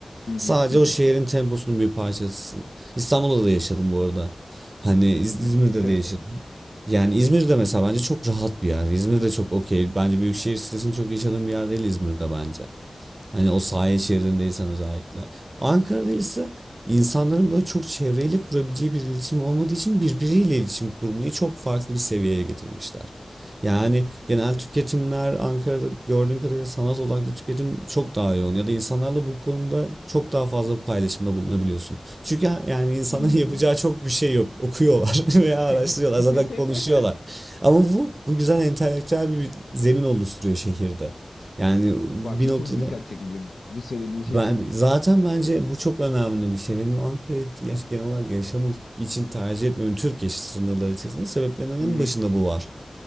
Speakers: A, on the left; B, on the right.
A: Hı
B: Sadece
A: hı hı. hı.
B: o şehrin temposunun bir parçasısın. İstanbul'da da yaşadım bu arada. Hani İz-
A: Hı
B: İzmir'de
A: hı.
B: de yaşadım.
A: <laughs>
B: Yani İzmir'de mesela bence çok rahat bir yer. İzmir'de çok okey. Bence büyük şehir stresini çok yaşadığım bir yer değil İzmir'de bence. Hani o sahil şeridindeysen özellikle. Ankara'da ise insanların böyle çok çevreyle kurabileceği bir iletişim olmadığı için birbiriyle iletişim kurmayı çok farklı bir seviyeye getirmişler. Yani genel tüketimler Ankara'da gördüğüm kadarıyla sanat odaklı tüketim çok daha yoğun ya da insanlarla bu konuda çok daha fazla paylaşımda bulunabiliyorsun. Çünkü ha- yani insanların
A: Hmm.
B: <laughs> yapacağı çok bir şey yok. Okuyorlar <laughs> veya araştırıyorlar
A: <laughs>
B: zaten konuşuyorlar. Ama bu bu güzel entelektüel bir zemin oluşturuyor şehirde. Yani bir
A: Bak bu
B: noktada
A: çok dikkat çekici. Bu söylediğin şey
B: ben,
A: çok dikkat
B: zaten
A: çekici
B: bence
A: gerçekten.
B: bu çok önemli bir şey. Benim Ankara'yı yaş, genel olarak yaşamak için tercih etmemin Türkiye sınırları içerisinde sebeplerinden en
A: Hı hı.
B: başında bu var.